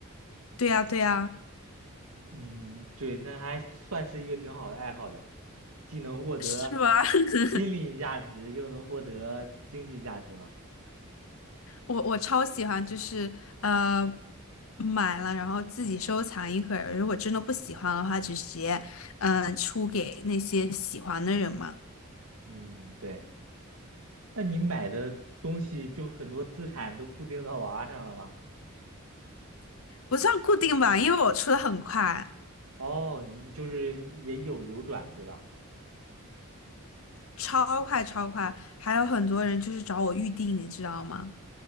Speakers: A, on the left; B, on the right.
A: 对呀，对呀，
B: 嗯，对，那还算是一个挺好的爱好的，既能获得
A: 是吗？<laughs>
B: 心理价值，又能获得经济价值嘛。
A: 我我超喜欢，就是呃买了，然后自己收藏一会儿，如果真的不喜欢的话，就直接嗯、呃出给那些喜欢的人嘛。
B: 嗯，对。那你买的东西就很多资产都固定到娃娃上了吗？
A: 不算固定吧，因为我出的很快，
B: 哦，你就是也有流转，对吧？
A: 超快超快，还有很多人就是找我预定，你知道吗？